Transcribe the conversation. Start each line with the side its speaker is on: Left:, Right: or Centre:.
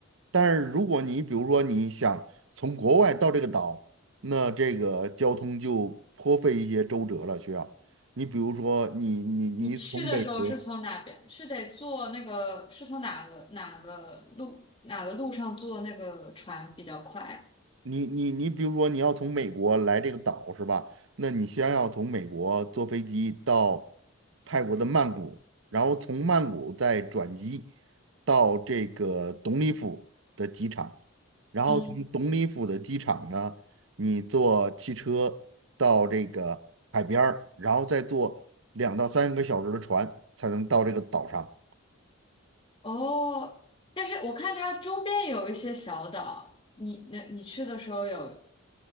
Right: 但是如果你比如说你想从国外到这个岛，那这个交通就颇费一些周折了，需要。你比如说你你你从美国。
Left: 你去的时候是从哪边？是得坐那个，是从哪个哪个路哪个路上坐那个船比较快？
Right: 你你你，比如说你要从美国来这个岛是吧？那你先要从美国坐飞机到泰国的曼谷，然后从曼谷再转机到这个董里府的机场，然后从董里府的机场呢，
Left: 嗯，
Right: 你坐汽车到这个海边儿，然后再坐两到三个小时的船才能到这个岛上。
Left: 哦，但是我看它周边有一些小岛，你那你去的时候有